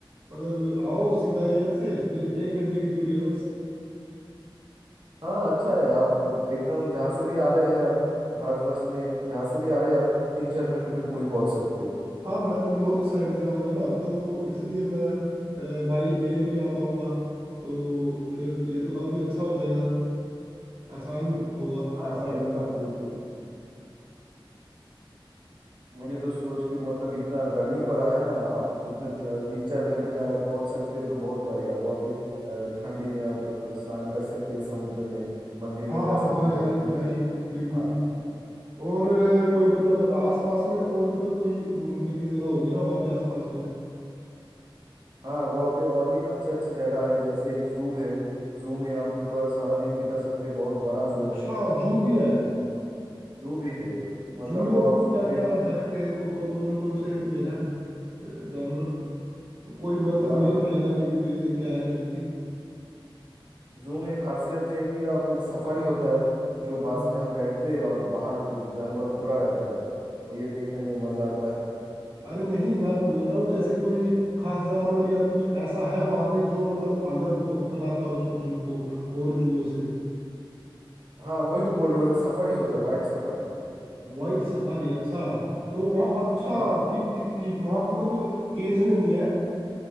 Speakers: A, on the right; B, on the right.
A: मतलब आओ सीधा एयर से फिर एक घंटे की दूरी है बस
B: हाँ अच्छा है आप एकदम जहाँ से भी आ रहे हैं आप भारतवर्ष में जहाँ से भी आ रहे हैं आप तीन चार घंटे में पुरी पहुंच सकते हैं
A: हाँ मैं तो नॉर्थ साइड से आऊँगा ना तो इसलिए मैं बाई एयर ही आ पाऊँगा तो फिर ये तो काफ़ी अच्छा हो जाएगा आसान होगा
B: हाँ
A: ऐसे आने
B: एकदम
A: तो
B: बिल्कुल मुझे तो सोच के मतलब इतना गर्मी पड़ा है ना आप इतने ज- तीन चार घंटे में अगर पहुंच सकते हैं तो बहुत बढ़िया वहाँ पे अ, ठंडी में आप अ, स्नान कर सकते हैं समुद्र में मंदिर में
A: हाँ
B: जा
A: हाँ
B: सकते
A: हाँ यार
B: हैं
A: ये तो
B: लोग
A: है ही बिल्कुल
B: हाँ
A: और अ, कोई मतलब आसपास में और भी तो कोई घूमने की जगह होगी ना वहाँ पे आसपास में
B: हाँ वहाँ पे और भी अच्छे अच्छे जगह है जैसे एक जू है जू में आप पूरा सारा दिन बिता सकते हैं बहुत बड़ा
A: अच्छा
B: जू है
A: जू भी है
B: जू भी है एक मतलब
A: जू में
B: वहाँ
A: मतलब
B: जू
A: क्या
B: पे
A: क्या है कि को, को, कौन कौन से वे है अ, जानवर कोई मतलब
B: जानवर
A: मेन
B: तो
A: हाईलाइट
B: बहुत सारे हैं।
A: क्या है जू की
B: जू में एक खासियत है कि आप एक सफारी होता है जो
A: हम्म।
B: बस में आप बैठते हैं और बाहर वो जानवर खुला रहता है तो ये देखने में मजा आता है
A: अरे नहीं मैं बोल रहा हूँ जैसे कोई खास जानवर या कुछ ऐसा है वहां पे जो मतलब अलग हो बनाता उस जू को और जूओं से
B: हाँ वही तो बोल रहा हूँ एक सफारी होता है वाइल्ड सफारी
A: वाइट सफारी अच्छा तो वहाँ अच्छा
B: हाँ
A: ठीक ठीक ठीक वहां पे मतलब केज में नहीं है